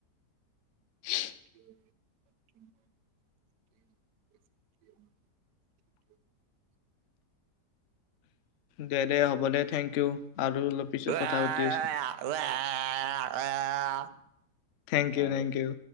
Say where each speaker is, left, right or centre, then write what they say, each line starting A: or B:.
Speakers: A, on the left; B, on the right.
A: <inaudible>
B: <inaudible>
A: দে- দে হ'ব দে থেংক ইউ।
B: <unintelligible>
A: আৰু অলপ পিছত কথা পাতি আছো
B: <unintelligible>
A: থেংক ইউ-
B: আৰু
A: থেংক ইউ।